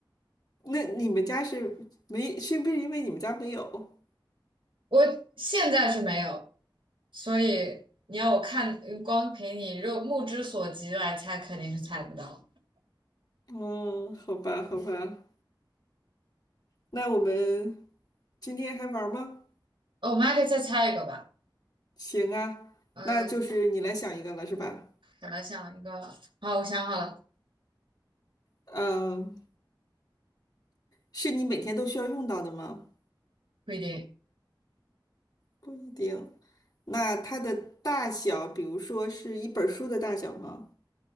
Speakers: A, on the left; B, on the right.
A: 那你们家是没，是不是因为你们家没有？
B: 我现在是没有，所以你要我看，嗯光凭你肉目之所及来猜，肯定是猜不到。
A: 嗯，好吧，好吧。那我们今天还玩吗？
B: 哦，我们还可以再猜一个吧。
A: 行啊，
B: 嗯、
A: 那就是你来想一个了，是吧？
B: 我来想一个。好，我想好了，
A: 嗯，是你每天都需要用到的吗？
B: 不一定，
A: 不一定。那它的大小，比如说是一本书的大小吗？